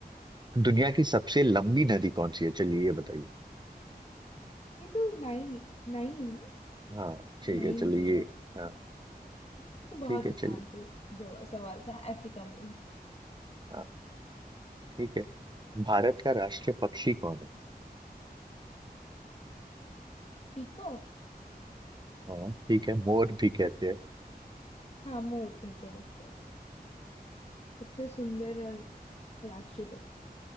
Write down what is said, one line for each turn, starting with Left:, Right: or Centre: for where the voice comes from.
Right: दुनिया की सबसे लंबी नदी कौन सी है चलिए ये बताइए
Left: ये तो नाइल नाइल है ना
Right: हाँ ठीक
Left: Nile
Right: है चलिए
Left: river
Right: ये हाँ
Left: ये तो बहुत
Right: ठीक है
Left: आसान
Right: चलिए
Left: सा जवा- सवाल था अफ्रीका में है
Right: हाँ ठीक है भारत का राष्ट्रीय पक्षी कौन है
Left: पीकॉक
Right: हाँ ठीक है मोर भी कहते हैं
Left: हाँ मोर कहते हैं उसको सबसे सुंदर और राष्ट्रीय पक्षी